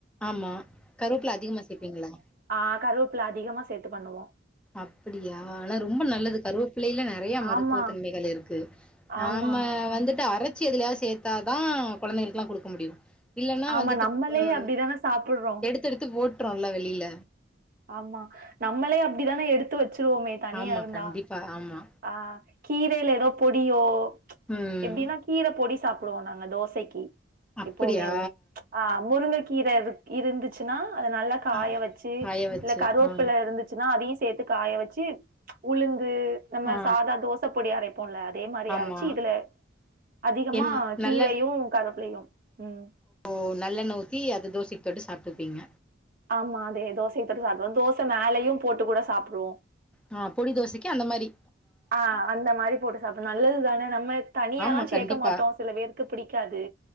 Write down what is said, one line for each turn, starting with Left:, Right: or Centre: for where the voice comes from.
Centre: ஆமா கருவேப்புள்ள அதிகமா சேப்பீங்களா
Right: ஆ கருவேப்புள்ள அதிகமா சேர்த்து பண்ணுவோ
Centre: அப்படியா ஆனா ரொம்ப நல்லது கருவப்பிள்ளையில நெறைய மருத்துவத்தன்மைகள்
Right: ஆமா
Centre: இருக்கு நாம
Right: ஆமா
Centre: வந்துட்டு அரைச்சு எதுலையாவது சேர்த்தாதா குழந்தைகளுக்கெல்லா கொடுக்க முடியு இல்ன்னா
Right: ஆமா
Centre: வந்துட்டு
Right: நம்மளே
Centre: ஆ
Right: அப்டிதான சாப்புட்றோம்
Centre: எடுத்து எடுத்து போட்டுறோல வெளியில
Right: ஆமா நம்மளே அப்படிதான எடுத்து வச்சிருவோமே தனியா
Centre: ஆமா,
Right: இருந்தா
Centre: கண்டிப்பா. ஆமா.
Right: ஆ கீரையில ஏதோ பொடியோ
Centre: ம்.
Right: எப்படின்னா கீர பொடி சாப்டுவோ நாங்க தோசைக்கு
Centre: அப்படியா?
Right: எப்பவுமே ஆ முருங்கைக் கீர இரு இருந்துச்சுன்னா அத நல்லா காய
Centre: ஆ.
Right: வச்சு
Centre: காய வச்சு.
Right: இல்ல கருவேப்பில
Centre: ஆ.
Right: இருந்துச்சுன்னா அதையு சேர்த்து காய வச்சு உளுந்து நம்ம
Centre: ஆ.
Right: சாதா தோச பொடி அரைப் போம்ல அதே மாரி
Centre: ஆமா.
Right: அரச்சி இதுல அதிகமா
Centre: என்
Right: கீரையு
Centre: நல்ல
Right: கருப்பிலையு ம்
Centre: ஒ நல்லெண்ணெய் ஊத்தி அது தோசைக்கு தொட்டு சாப்டுப்பீங்க
Right: ஆமா அதே தோசைக்கு சாப்பிடுவோ தோசை மேலையு போட்டு கூட சாப்பிடுவோம்
Centre: ஆ பொடி தோசைக்கு அந்த மாரி.
Right: ஆ அந்த மாரி போட்டு சாப்பிடலா நல்லதுதானே நம்ம தனியால்லா
Centre: ஆமா,
Right: சேக்க
Centre: கண்டிப்பா.
Right: மாட்டோ சில பேருக்கு பிடிக்காது